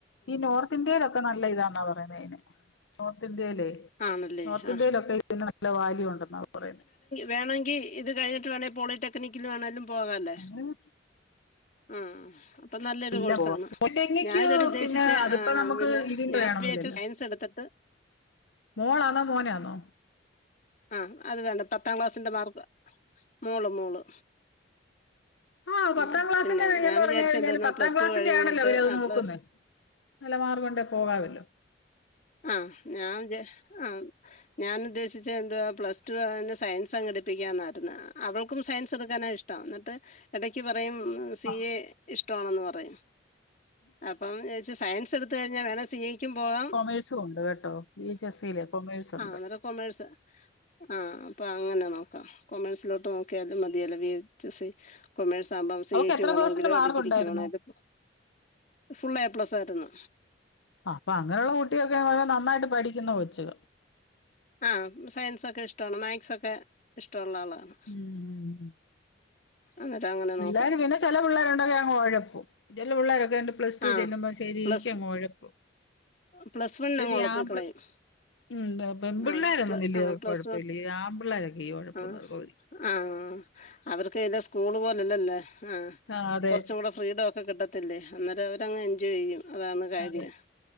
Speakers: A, on the left; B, on the left.
A: ഈ നോർത്ത് ഇന്ത്യയിലൊക്കെ നല്ല ഇതാന്നാ പറയുന്നത് അതിന് നോർത്ത് ഇന്ത്യയിൽ ലെ
B: ആണല്ലേ
A: നോർത്ത്
B: ആ
A: ഇന്ത്യയിലൊക്കെ ഇതിന് നല്ല വാല്യു ഉണ്ടെന്നാണ് പറയുന്നത്
B: വേണങ്കി ഇത് കഴിഞ്ഞിട്ട് വേണേൽ പോളിടെക്നിക്കിൽ വേണമെങ്കിലും പോകാല്ലേ
A: അങ്ങനെ
B: ആഹ് ഹ്മ് അപ്പം നല്ലൊരു
A: എല്ലാം
B: കോഴ്സാണ്
A: പോവാ മുരിങ്ങക്ക്
B: ഞാനിത് വരെ ഉദ്ദേശിച്ചെ
A: പിന്നെ അതിപ്പോ
B: ഏഹ്
A: നമുക്ക്
B: പിന്നെ
A: ഇതിന്റെ
B: ഞാൻ
A: വേണമെന്നില്ലല്ലോ
B: വിചാരിച്ചെ സയൻസ് എടുത്തിട്ട്
A: മോളാന്നോ മോനാന്നോ
B: ആഹ് അത് വേണ്ട പത്താം ക്ലാസിന്റെ മാർക്ക് മോള് മോള്
A: ആഹ്
B: ഉം
A: പത്താം ക്ലാസിന്റെ
B: പിന്നെ
A: വഴീന്ന്
B: ഞാൻ
A: പറഞ്ഞു
B: വിചാരിച്ചത്
A: കഴിഞ്ഞാല്
B: എന്തോന്നാ
A: പത്താം
B: പ്ലസ്
A: ക്ലാസ്സിന്റെ
B: ടു കഴിഞ്ഞിട്ട്
A: ആണല്ലോ അവര് അത്
B: ആ
A: നോക്കുന്നേ
B: പ്ലസ്
A: നല്ല മാർക്ക് ഉണ്ടേൽ പോകാമല്ലോ
B: ആഹ് ഞാൻ വിചാരിച്ചെ ആഹ് ഞാൻ ഉദ്ദേശിച്ചെത് എന്തുവാ പ്ലസ് ടു ആവുന്നെ സയൻസ് അങ്ങ് എടുപ്പിക്കാന്നായിരുന്നു അവൾക്കും സയൻസ് എടുക്കാനാ ഇഷ്ടം ട്ടാ എന്നിട്ട് എടക്ക് പറയും സി
A: ആഹ്
B: എ ഇഷ്ടമാണെന്ന് പറയും അപ്പം വിചാരിച്ചു സയൻസ് എടുത്ത് കഴിഞ്ഞാൽ വേണേൽ സി എയ്ക്കും പോവാം
A: കൊമേഴ്സും ഉണ്ട് കേട്ടോ വി എച്ച് എസ് സിയിൽ കൊമേഴ്സുണ്ട്
B: ആഹ് അന്നേരം കൊമേഴ്സ് ആഹ് അപ്പൊ അങ്ങനെ നോക്കാം കൊമേഴ്സിലോട്ട് നോക്കിയാലും മതിയല്ല V H S C commerce ആകുമ്പോൾ സി
A: അവക്ക്
B: എയ്ക്ക്
A: എത്ര
B: പോണമെങ്കിലോ
A: പേഴ്സന്റ് മാർക്ക്
B: ഡിഗ്രിക്ക്
A: ഉണ്ടായിരുന്നു
B: പോണേലും ഫുള്ള് എ പ്ലസായിരുന്നു
A: ആഹ് അപ്പൊ അങ്ങനെയുള്ള കുട്ടിയൊക്കെ നന്നായിട്ട് പഠിക്കുന്ന കൊച്ച്
B: ആഹ് സയൻസൊക്കെ ഇഷ്ടമാണ് മാത്‌സൊക്കെ ഇഷ്ടമുള്ള ആളാണ്
A: മ്മ് മ്മ്
B: അന്നേരം അങ്ങനെ
A: പിള്ളേര്
B: നോക്കാം
A: പിന്നെ ചെല പിള്ളേരുണ്ടെങ്കിൽ അങ്ങ് ഒഴപ്പും ചെല പിള്ളോരൊക്കെ ഉണ്ട് പ്ലസ് ടു
B: ആ
A: ചെല്ലുമ്പോൾ ശരിക്ക്
B: പ്ലസ്
A: അങ്ങ് ഒഴപ്പും
B: പ്ലസ് വണ്ണിൽ
A: ഇത്
B: അങ്ങ്
A: ചെയ്യാമ്പി
B: ഒളപ്പിക്കളയും
A: ഉം പെൺപിള്ളേരൊന്നും
B: ആഹ് പ്ല
A: വലിയ
B: പ്ലസ്
A: കുഴപ്പമില്ല
B: വൺ
A: ഈ ആൺപിള്ളേരൊക്കെ ഈ കുഴപ്പുന്നത്
B: ആഹ്
A: പകുതി
B: ആഹ് ആഹ് അവർക്ക് ഇത് സ്കൂള് പോലെല്ലല്ലേ ആഹ്
A: ആ അതെ
B: കൊറച്ചും കൂടെ ഫ്രീഡം ഒക്കെ കിട്ടത്തില്ലേ അന്നേരം അവരങ്ങ് എൻജോയ് ചെയ്യും അതാണ് കാര്യം
A: അതെ